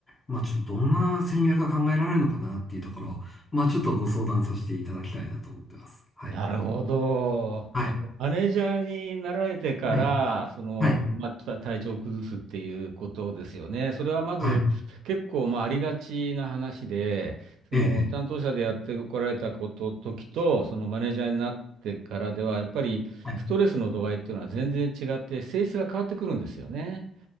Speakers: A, on the left; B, on the right.
A: まあ、ちょっとどんな戦略が考えられるのかな、っていうところ、まあ、ちょっとご相談させていただきたいなと思ってます。はい。
B: なるほど。
A: はい。
B: あの、マネージャーになられてから、
A: はい。
B: その、
A: はい。
B: まあ、た体調を崩すっていうことですよね。それはまず結構、
A: はい。
B: まあ、ありがちな話で、その、
A: ええ。
B: 担当者でやってこられたこと、時と、そのマネージャーになってからでは、やっぱりストレスの度合いっていうのは全然違って、
A: はい。
B: 性質が変わってくるんですよね。